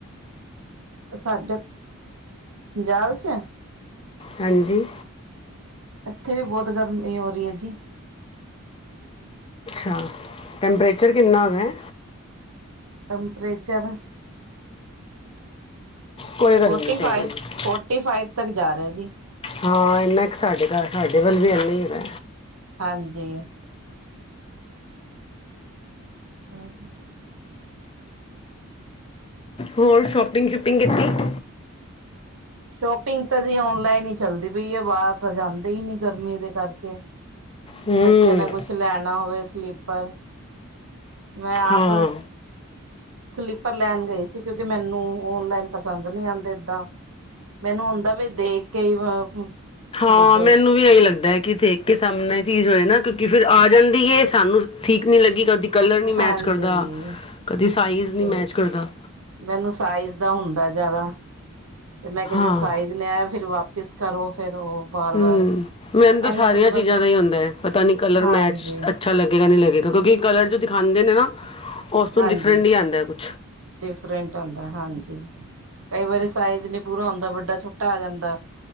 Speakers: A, on the right; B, on the left.
A: ਸਾਡੇ ਪੰਜਾਬ ਚ-
B: ਹਾਂਜੀ।
A: ਇੱਥੇ ਵੀ ਬਹੁਤ ਗਰਮੀ ਹੋ ਰਹੀ ਹੈ, ਜੀ।
B: ਹਾ ਟੈਂਪਰੇਚਰ ਕਿੰਨਾ ਕੁ-
A: ਟਮਪਰੇਚਰ।
B: ਕੋਈ ਗੱਲ
A: ਫੋਰਟੀ
B: ਨਹੀਂ, ਕੋਈ
A: ਫਾਈਵ,
B: ਗੱਲ ਨਹੀਂ।
A: ਫੋਰਟੀ ਫਾਈਵ ਤ- ਜਾ ਰਿਹਾ ਜੀ।
B: ਹਾਂ, ਇੰਨਾ ਕੁ ਸਾਡੇ ਘਰ, ਸਾਡੇ ਵੱਲ ਵੀ ਇੰਨਾ ਹੀ ਹੈਗਾ।
A: ਹਾਂਜੀ। ਬਸ।
B: ਹੋਰ ਸ਼ੋਪੰਪਿੰਗ, ਸ਼ੁਪਇੰਗ ਕੀ-
A: ਸ਼ੋਪਿੰਗ, ਤਾਂ ਜੀ ਔਨਲਾਈਨ ਹੀ, ਚੱਲਦੀ ਪਈ ਹੈ। ਬਾਹਰ ਤਾਂ ਜਾਂਦੇ ਹੀ ਨਹੀਂ, ਗਰਮੀ ਦੇ ਕਰਕੇ।
B: ਹੂੰ
A: ਬੱਚਿਆਂ ਨੇ ਕੁੱਛ ਲੈਣ- ਨਾ ਹੋਵੇ ਸਲੀਪਰ। ਮੈਂ ਆਪ
B: ਹਾਂ
A: ਸਲੀਪਰ ਲੈਣ ਗਈ ਸੀ। ਕਿਉਂਕਿ ਮੈਨੂੰ ਓਨਲਾਈਨ ਪਸੰਦ ਨਹੀਂ ਆਉਂਦੇ। ਮੈਨੂੰ ਹੁੰਦਾ ਵੀ, ਦੇਖ ਕੇ ਹੀ-
B: ਹਾਂ,
A: ਖਰੀਦੋ
B: ਮੈਨੂੰ ਵੀ ਇਹੀ ਲੱਗਦਾ ਹੈ। ਦੇਖ ਕੇ ਸਾਹਮਣੇ ਚੀਜ਼ ਹੋਏ ਨਾ, ਕਿਉਂਕ ਫੇਰ ਆ ਜਾ- ਦੀ ਏ, ਸਾਨੂੰ ਠੀਕ ਨੀ ਲੱਗੀ ਕਦੀ ਕਲਰ ਨਹੀਂ
A: ਹਾਂਜੀ
B: ਮੈਚ ਕਰਦਾ, ਕਦੇ ਸਾਈਜ਼ ਨਹੀਂ
A: ਤੇ
B: ਮੈਚ ਕਰਦਾ।
A: ਮੈਨੂੰ ਸਾਈਜ਼ ਦਾ ਹੁੰਦਾ ਹੈ ਜ਼ਿਆਦਾ। ਤੇ ਮੈਂ ਕਿਹਾ,
B: ਹਾਂ
A: ਜੇ ਸਾਈਜ਼ ਨੀ ਆਇਆ ਫੇਰ ਵਾ- ਪਿਸ ਕਰੋ ਫੇਰ ਉਹ। ਬਾਰ ਵਾਰ
B: ਹੂੰ, ਮੈਨੂੰ ਤਾਂ
A: ਇਨਾ
B: ਸਾਰੀਆਂ
A: ਚ ਬੰ
B: ਚੀਜ਼ਾਂ ਦਾ ਹੀ ਹੁੰਦਾ ਹੈ। ਪਤਾ ਨੀ ਕਲਰ
A: ਹਾਂਜੀ,
B: ਮੈਚ, ਅੱਛਾ ਲੱਗੇਗਾ ਨੀ ਲੱਗੇਗਾ। ਤਾਂ ਕਿਉਂਕਿ, ਕਲਰ ਜੋ ਦਿਖਾਉਂਦੇ ਨੇ ਨਾ ਉਸ
A: ਹਾਂਜੀ।
B: ਤੋਂ ਡਿਫਰੈਂਟ ਹੀ, ਆਉਂਦਾ ਕੁਝ।
A: ਡਿਫਰੈਂਟ ਆਉਂਦਾ ਹੈ। ਹਾਂਜੀ ਕਈ ਵਾਰੀ ਸਾਈਜ਼ ਨਹੀਂ ਪੂਰਾ ਹੁੰਦਾ, ਵੱਡਾ- ਛੋਟਾ ਆ ਜਾਂਦਾ।